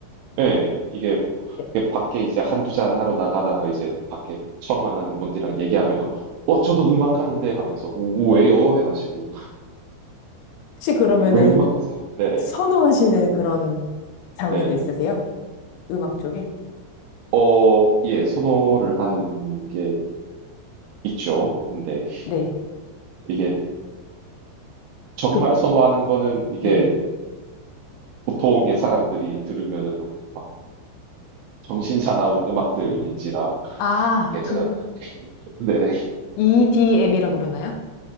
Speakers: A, on the right; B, on the left.
A: 예, 이게,
B: 네.
A: 이게 밖에 이제 한두 잔 하러 나가다가 이제 밖에 처음 만나는 분들이랑 얘기하면, 어, 어, 저도 음악 하는데 하면서, 오, 왜요? 해가지고,
B: 혹시 그러면은
A: 왜 음악 하세요? 네네,
B: 선호하시는 그런 장르도
A: 네네.
B: 있으세요? 음악 쪽에?
A: 어, 예, 선호를 하는 게 있죠. 근데
B: 네.
A: 이게 정말
B: 그,
A: 선호하는 거는 이게
B: 네.
A: 보통의 사람들이 들으면은 막 정신 사나운 음악들인지라,
B: 아,
A: 이게 제가,
B: 그거.
A: 네네.
B: EDM이라고 그러나요?